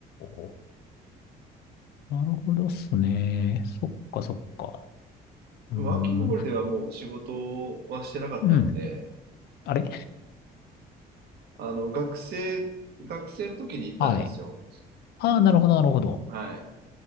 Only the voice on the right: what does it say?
ワーキングホリデーはもう仕事はしてなかったんで、
あの、学生、学生の時に行ったんですよ。
はい。